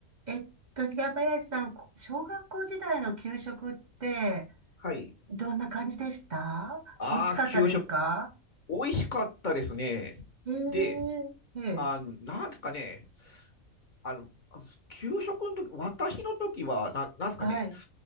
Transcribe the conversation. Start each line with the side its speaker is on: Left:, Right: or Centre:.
Right: えっと、平林さん、こ小学校時代の給食って、
Left: はい。
Right: どんな感じでした美味しかったですか
Left: ああ、給食。美味しかったですね。
Right: ええ、
Left: で、
Right: ええ、
Left: あの、なんですかね。あの、給食の時、私の時は、な、なんですかね。
Right: はい、